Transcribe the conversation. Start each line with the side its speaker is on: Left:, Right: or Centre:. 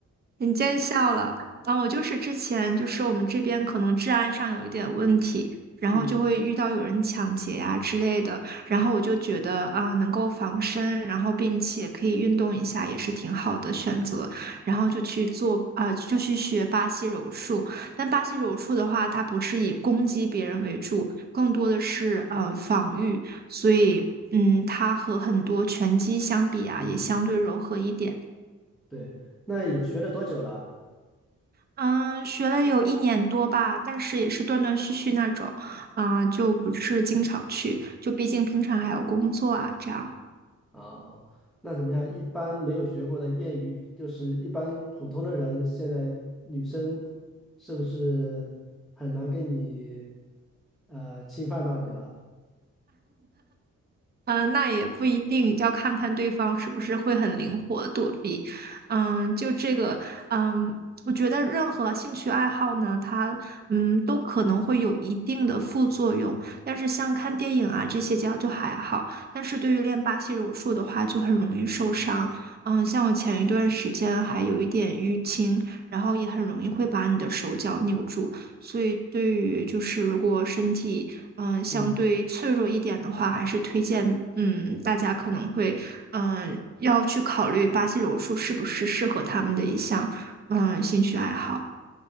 Right: 你见笑了啊！我就是之前就是我们这边可能治安上有一点问题，然后就会遇到有人抢劫呀、
Centre: 嗯
Right: 之类的，然后我就觉得啊，能够防身，然后并且可以运动一下，也是挺好的选择。然后就去做啊、就去学巴西柔术。但巴西柔术的话，它不是以攻击别人为主，更多的是呃防御，所以嗯，它和很多拳击相比啊，
Centre: 嗯，
Right: 也相对柔和一点。
Centre: 对。那有学了多久了？
Right: 嗯，学了有一年多吧，但是也是断断续续那种，啊、就不是经常去，就毕竟平常还有工作啊，这样。
Centre: 啊，那怎么样？一般没有学过的业余，就是一般普通的人，现在女生是不是很难跟你呃侵犯到你了？
Right: 嗯，呃那也不一定，要看看对方是不是会很灵活躲避。嗯，就这个，嗯，我觉得任何兴趣爱好呢，它嗯都可能会有一定的副作用，但是像看电影啊这些就就还好，但是对于练巴西柔术的话，就很容易受伤。嗯，像我前一段时间还有一点淤青，然后也很容易会把你的手脚扭住。所以，对于就是如果身体嗯、呃相对脆弱一点的话，
Centre: 嗯，
Right: 还是推荐嗯大家可能会嗯、呃要去考虑巴西柔术是不是适合他们的一项嗯、呃兴趣爱好。